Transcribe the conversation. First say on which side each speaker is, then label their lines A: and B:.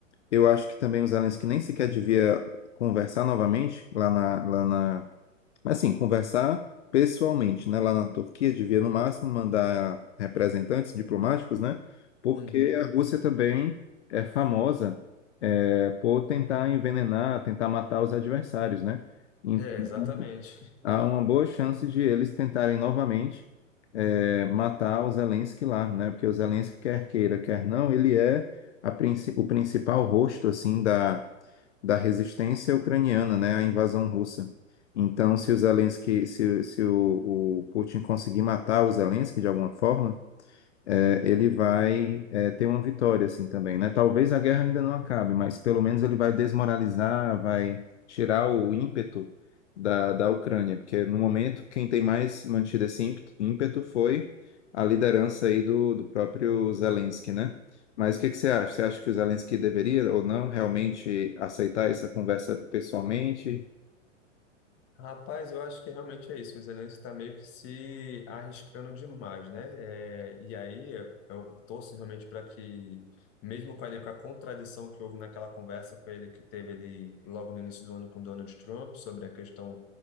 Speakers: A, on the left; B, on the left.
A: eu acho que também os Zelensky nem sequer devia conversar novamente lá na, lá na mas assim, conversar pessoalmente, né? Lá na Turquia, devia no máximo mandar representantes diplomáticos, né? Porque
B: uhum.
A: a Rússia também é famosa é, por tentar envenenar, tentar matar os adversários, né? Então,
B: É, exatamente.
A: há uma boa chance de eles tentarem novamente eh, matar o Zelensky lá, né? Porque o Zelensky, quer queira, quer não, ele é a princi- o principal rosto, assim, da, da resistência ucraniana, né? A invasão russa. Então, se o Zelensky, se, se o, o Putin conseguir matar o Zelensky de alguma forma, é, ele vai é, ter uma vitória assim também, né? Talvez a guerra ainda não acabe, mas pelo menos ele vai desmoralizar, vai tirar o ímpeto da, da Ucrânia, porque no momento quem tem mais mantido esse ímpeto, ímpeto foi a liderança aí do, do próprio Zelensky, né? Mas o que que você acha? Você acha que o Zelensky deveria ou não realmente aceitar essa conversa pessoalmente?
B: Rapaz, eu acho que realmente é isso. O Zelensky está meio que se arriscando demais, né? É, e aí é, eu torço realmente para que, mesmo com, ele, com a contradição que houve naquela conversa com ele que teve ali logo no início do ano com Donald Trump sobre a questão